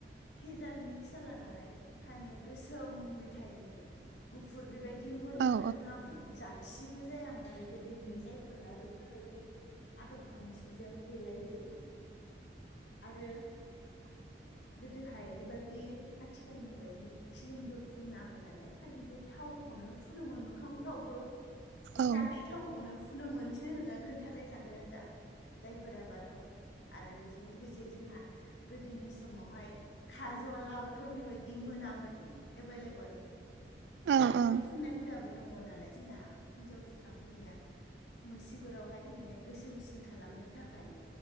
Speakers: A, on the left; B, on the right.
A: भेजाल मिक्स जाला नालाय खानाया गोसोमै थायोमोन। गुफुर बेबायदि मोननो
B: औ
A: रोङामोन जा जाथिबो जायामोन आरो गोदोनि जायफोरा बेफोरबायदि आदब खान्थिजों देलायदों आरो
B: <inaudible>
A: गोदोहाय बेबायदि आथिखालनि बायदि क्रिमबो फुनामोन नालाय खालि बे थाव नो फुनोमोन मोखांफ्रावबो बे
B: औ
A: जानाय थाव हनो फुनो मोनसो नोङो खोन्थालाय लाङो दा जायफोर बाथ' आरो बिदि बे लोगोसे जोंहा गोदोनि समावहाय खाजलाबोथ' बेबायदि मोनामोन एभेलेबोल
B: औ
A: खाजल फुननाय हुदाबो दङ नालाय जोंना हिन्जावसाफोरनिया मुसगुरावहाय माने गोसोमसिन खालामनो थाखाय